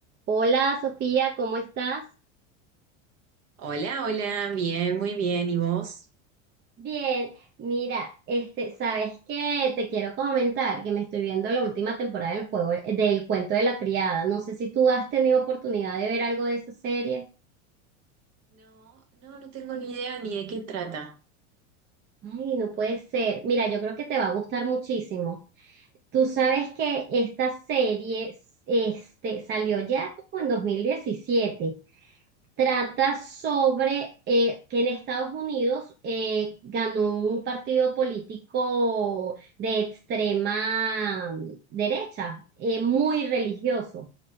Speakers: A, on the right; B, on the right.
A: Hola Sofía, ¿cómo estás?
B: Hola, hola, bien, muy bien. ¿Y vos?
A: Bien, mira, este, ¿sabes qué? Te quiero comentar que me estoy viendo la última temporada del juego, eh, del cuento de la criada. No sé si tú has tenido oportunidad de ver algo de esa serie.
B: No, no, no tengo ni idea ni de qué trata.
A: Ay, no puede ser. Mira, yo creo que te va a gustar muchísimo. Tú sabes que esta serie, este, salió ya como en 2017. trata sobre eh, que en Estados Unidos eh, ganó un partido político de extrema derecha, eh, muy religioso,